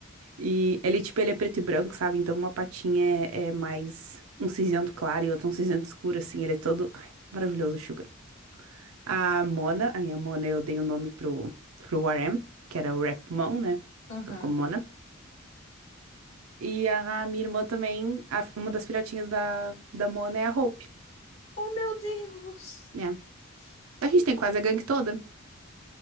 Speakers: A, on the right; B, on the left.
A: E ele, tipo, ele é preto e branco, sabe? Então uma patinha é, é mais um cinzento claro e outra um cinzento escuro, assim. Ele é todo. Ai, maravilhoso, Suga. A Mona, a minha Mona, eu dei o nome pro, pro RM, que era o Rap Mon, né?
B: Aham.
A: Então ficou Mona. E a minha irmã também, a- uma das filhotinhas da, da Mona é a Hope,
B: Oh, meu Deus.
A: né?
B: Que
A: A gente tem quase a gangue toda.